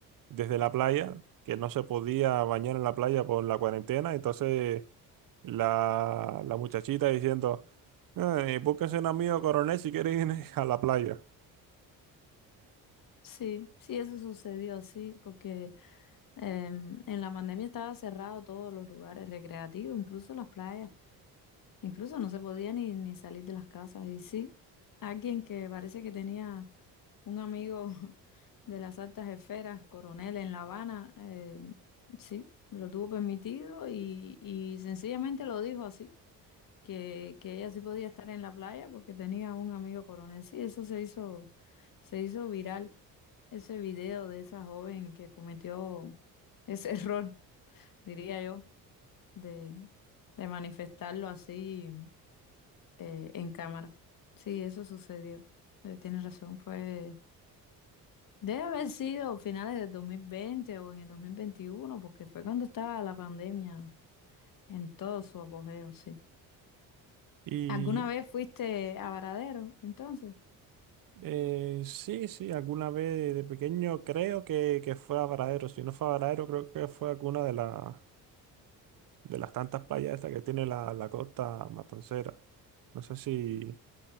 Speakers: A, on the right; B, on the left.
A: desde la playa, que no se podía bañar en la playa por la cuarentena, entonces la, la muchachita diciendo, eh, búsquese un amigo coronel si quiere ir <laughs> a la playa.
B: Sí, sí, eso sucedió, sí, porque em, en la pandemia estaba cerrado todos los lugares recreativos, incluso las playas. Incluso no se podía ni, ni salir de las casas. Y sí, alguien que parece que tenía un amigo <laughs> de las altas esferas, coronel en La Habana, eh, sí, lo tuvo permitido y, y sencillamente lo dijo así, que, que ella sí podía estar en la playa porque tenía un amigo coronel. Sí, eso se hizo, se hizo viral, ese video de esa joven que cometió ese <laughs> error, diría yo, de, de manifestarlo así eh, en cámara. Sí, eso sucedió. Eh, tienes razón, fue... Debe haber sido finales del 2020 o en el 2021 porque fue cuando estaba la pandemia en todo su apogeo, sí.
A: Y
B: ¿Alguna vez fuiste a Varadero, entonces?
A: Eh, sí, sí, alguna vez de pequeño creo que, que fue a Varadero. Si no fue a Varadero, creo que fue alguna de, la- de las tantas playas estas que tiene la, la costa matancera. No sé si,